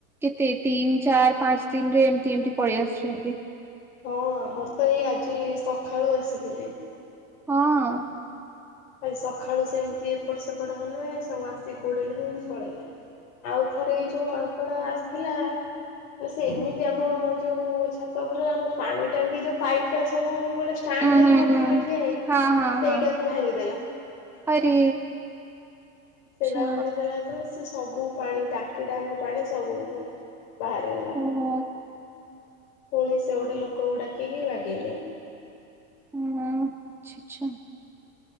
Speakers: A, in the centre; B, on the left (about 75°).
A: କେତେ ତିନି ଚାରି ପାଞ୍ଚ ଦିନରେ ଏମତି ଏମତି ପଳେଇ ଆସୁଛନ୍ତି।
B: ହଁ ମୋର ତ ଏଇ ଆଜି ସକାଳୁ ଆସିଥିଲି।
A: ହଁ।
B: ଆଜି ସକାଳୁ ସେମିତି ଏପଟ ସେପଟ ହେଲେ ସବୁ ଆସିକି ଗୋଡେଇଲେ ସେମିତି ପଳେଇଲେ। ଆଉ ଥରେ ଏଇ ଯୋଉ ମାଙ୍କଡ ଆସିଥିଲା ନା ସେ ଏମିତି ଆମ ଯୋଉ ଛାତ ଉପରରେ ଆମ ପାଣି ଟାଙ୍କି ଯୋଉ ପାଇପ୍ ଟା ସବୁ ଷ୍ଟାଣ୍ଡ
A: ହୁଁ
B: ହେଇକି
A: ହୁଁ
B: ନଥିଲେ
A: ହୁଁ
B: ଠିଆ ହେଇକି
A: ହଁ ହଁ
B: ସେଇଟାକୁ
A: ହଁ
B: ଭାଙ୍ଗି
A: ଆରେ ଆଚ୍ଛା
B: ସେଇଟା ଭାଙ୍ଗିଦେଲା ଯେତେବେଳେ ସେି ସବୁ ପାଣି ଟାଙ୍କି ଟାଙ୍କ ପାଣି ସବୁ ବାହାରିଗଲା
A: ଓହୋ।
B: ପୁଣି ସେ ଗୋଟେ ଲୋକକୁ ଡାକିକି ବାଗେଇଲେ।
A: ନାଇଁ ଛି ଛି।